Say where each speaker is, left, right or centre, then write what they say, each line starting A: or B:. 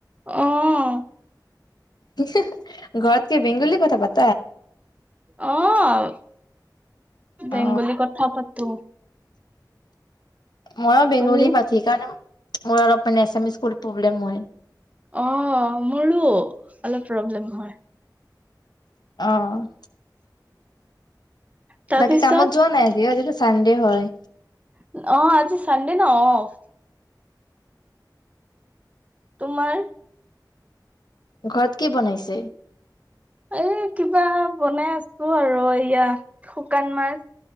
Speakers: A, on the right; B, on the left.
A: অ'
B: ঘৰত কি বেংগলী কথা পাত?
A: অ' বেংগলী
B: অ
A: কথা পাতোঁ।
B: ময়ো বেংগলী
A: তুমি
B: <unintelligible> মোৰ অলপ মানে এছামিস কবলে প্ৰব্লেম হয়।
A: অ', মোৰো অলপ প্ৰব্লেম হয়।
B: অ'
A: তাৰপিছত
B: বাকী কামত যোৱা নাই আজি? আজিতো চানডে হয়।
A: অ আজি চানডে না অফ। তোমাৰ?
B: ঘৰত কি বনাইছে?
A: এই কিবা বনাই আছোঁ আৰু এয়া শুকান মাছ